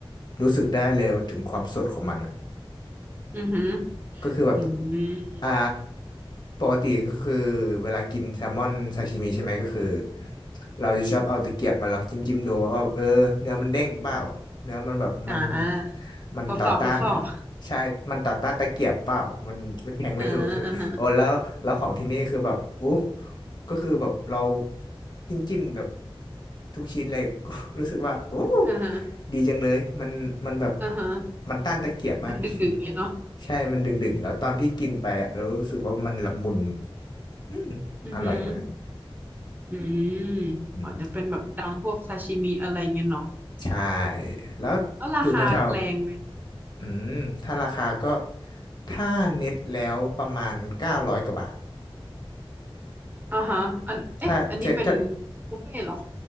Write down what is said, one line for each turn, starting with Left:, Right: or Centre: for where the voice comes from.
Left: รู้สึกได้เลยถึงความสดของมัน
Right: อือหือ
Left: ก็คือแบบ
Right: อืม
Left: อ่าปกติก็คือเวลากินแซลมอนซาชิมิใช่ไหมก็คือเราจะชอบเอาตะเกียบมาลองจิ้มจิ้มดูว่าแบบเออเนื้อมันเด้งเปล่าเนื้อมันแบบมัน
Right: อ่า
Left: มันต่อต้าน
Right: ทดสอบทดสอบ
Left: ใช่มันต่อต้านตะเกียบเปล่ามันมันแทงไม่ทะลุใช่ไหมโอ้แล้วแล้วของที่นี่คือแบบอู้
Right: อ่าอ่าฮะ
Left: ก็คือแบบเราจิ้มจิ้มแบบทุกชิ้นเลย <laughs> ก็รู้สึกว่าโอ้
Right: อ่าฮะ
Left: ดีจังเลยมันมันแบบ
Right: อ่าฮะ
Left: มันต้านตะเกียบมาก
Right: มันดึกดึกเงี้ยเนาะ
Left: ใช่ มันดึงๆ แล้วตอนที่กินไปอ่ะเรารู้สึกว่ามันละมุน <clears throat> อืมอร่อยมาก
Right: อือหืออืม
Left: อืม
Right: อาจจะเป็นแบบดังพวกซาชิมิอะไรเงี้ยเนาะ
Left: ใช่ แล้วอยู่แถว
Right: แล้วราคาแรงไหม
Left: ๆอืมถ้าราคาก็ ถ้าเน็ตแล้วประมาณเก้าร้อยกว่าบาท
Right: อ่าฮะอันเอ๊ะอันนี้เป็น
Left: ถ้าเจ็ดถ้า
Right: บุฟเฟ่ต์เหรอ